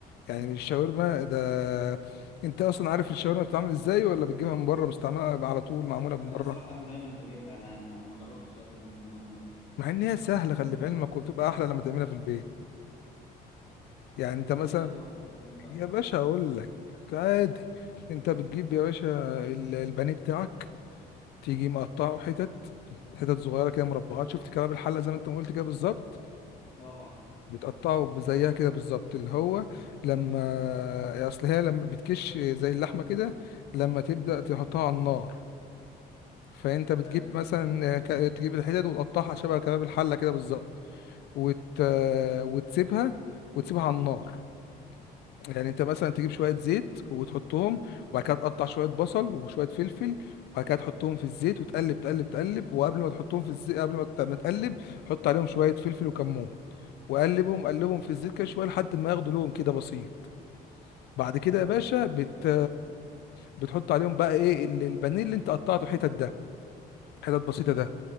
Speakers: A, on the left (about 75°); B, on the left (about 40°).
A: يعني الشاورما ده انت اصلا عارف الشاورما بتتعمل ازاي ولا بتجيبها من بره مستعمله على طول معموله من
B: انا
A: بره
B: صراحة أبقى دايما بجيبها يعني ما ما جربتش ابدا ان انا اعملها
A: مع ان هي سهله خلي في علمك وبتبقى احلى لما تعملها في البيت يعني انت
B: ازاي
A: مثلا
B: يا صاحبي بتعمل بقى
A: يا باشا اقول لك عادي انت بتجيب يا باشا ال- البانيه بتاعك تيجي مقطعه حتت حتت صغيره كده مربعات شفت كباب الحله زي ما انت ما قلت كده بالظبط
B: اه
A: بتقطعه زيها كده بالظبط اللي هو لما اصل هي لما بتكش زي اللحمه كده لما تبدا تحطها على النار فانت بتجيب
B: حلو
A: مثلا آه، ك- تجيب الحتت وتقطعها شبه كباب الحله كده بالظبط وت... وتسيبها وتسيبها على النار يعني انت مثلا تجيب شويه زيت وتحطهم وبعد كده تقطع شويه بصل وشويه فلفل وبعد كده تحطهم في الزيت وتقلب تقلب تقلب وقبل ما تحطهم في الزيت قبل ما ت- ما تقلب حط عليهم شويه فلفل وكمون وقلبهم قلبهم في الزيت كده شويه لحد ما ياخدوا لون كده بسيط بعد كده يا باشا بت بتحط عليهم بقى ايه ال- البانيه اللي انت قطعته حتت ده حتت بسيطه ده